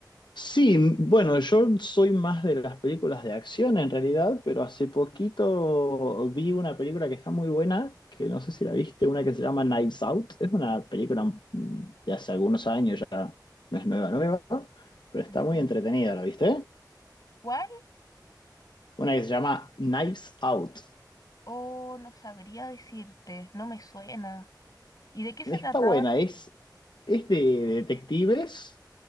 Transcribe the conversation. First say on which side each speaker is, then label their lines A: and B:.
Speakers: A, on the left; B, on the left.
A: Sí, bueno, yo soy más de las películas de acción en realidad, pero hace poquito vi una película que está muy buena, que no sé si la viste, una que se llama Knives Out. Es una película mm, de hace algunos años ya, no es nueva, nueva, pero está
B: Ya.
A: muy entretenida, ¿la viste?
B: ¿Cuál?
A: Una que se llama Knives Out.
B: Oh, no sabría decirte, no me suena. ¿Y de qué se
A: Está
B: trataba?
A: buena, es, es de detectives